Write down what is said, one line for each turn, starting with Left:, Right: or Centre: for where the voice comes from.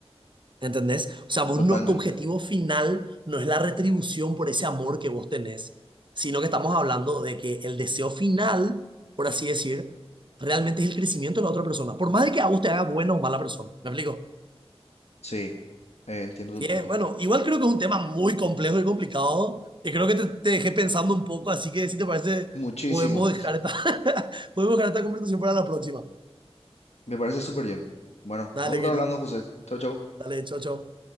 Right: ¿Entendés? O sea, vos
Left: totalmente.
Right: no, tu objetivo final no es la retribución por ese amor que vos tenés, sino que estamos hablando de que el deseo final, por así decir, realmente es el crecimiento de la otra persona, por más de que a vos te haga buena o mala persona. ¿Me explico?
Left: Sí, eh, entiendo tu
Right: Y
Left: punto.
Right: es, bueno, igual creo que es un tema muy complejo y complicado, y creo que te, te dejé pensando un poco, así que si te parece,
Left: Muchísimo,
Right: podemos dejar esta, <laughs> podemos dejar esta conversación para la próxima.
Left: me parece súper bien. Bueno,
Right: Dale,
Left: vamos a estar
Right: querido.
Left: hablando, José. Chau, chau.
Right: Dale, chao, chao.